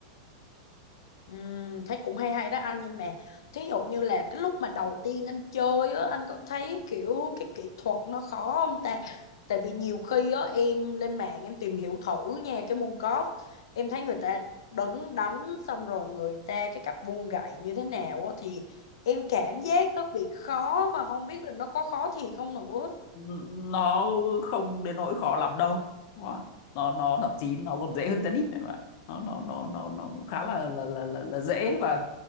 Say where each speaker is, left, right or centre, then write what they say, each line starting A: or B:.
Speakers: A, on the left; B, on the left.
A: Ừm, thấy cũng hay hay đó anh nhưng mà thí dụ như là cái lúc mà đầu tiên anh chơi á anh có thấy kiểu cái kỹ thuật nó khó không ta tại vì nhiều khi á em lên mạng em tìm hiểu thử nha cái môn golf em thấy người ta đứng đánh xong rồi người ta cái cách vung gậy như thế nào á thì em cảm giác nó bị khó và không biết là nó có khó thiệt không nữa
B: N- nó không đến nỗi khó lắm đâu nó nó nó thậm chí nó còn dễ hơn tennis đấy mà nó nó nó nó nó khá là là là là, là dễ và